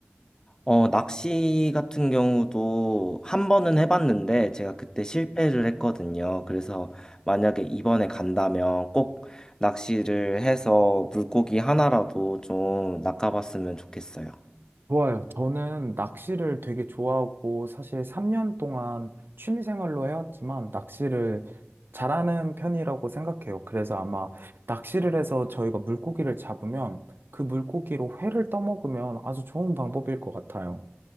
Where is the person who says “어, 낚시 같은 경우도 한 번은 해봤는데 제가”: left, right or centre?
Left